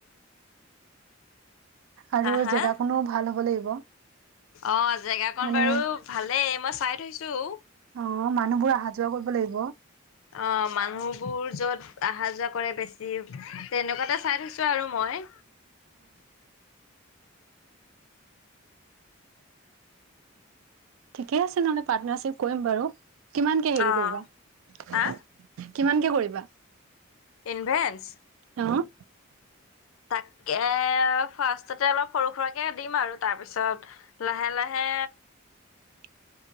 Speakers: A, on the right (about 75°); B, on the left (about 75°).
A: আৰু
B: হা হা
A: জেগাকনো ভাল হ'ব লাগিব
B: অ জেগাকন
A: মানে
B: বাৰু ভালে মই চাই থৈছোঁ।
A: অ মানুহবোৰ অহা যোৱা কৰিব লাগিব।
B: অ মানুহবোৰ য'ত অহা যোৱা কৰে বেছি তেনেকুৱা এটা চাই থৈছোঁ আৰু মই।
A: ঠিকে আছে নহ'লে পাৰ্টনাৰশ্বিপ কৰিম বাৰু, কিমানকে হেৰি
B: অ
A: কৰিবা?
B: হা
A: কিমানকে কৰিবা?
B: ইনভেন্ঞ্চ।
A: অ'।
B: তাকে ফাৰ্ষ্টতে অলপ সৰু সৰাকে দিম আৰু তাৰ পিছত লাহে লাহে
A: <unintelligible>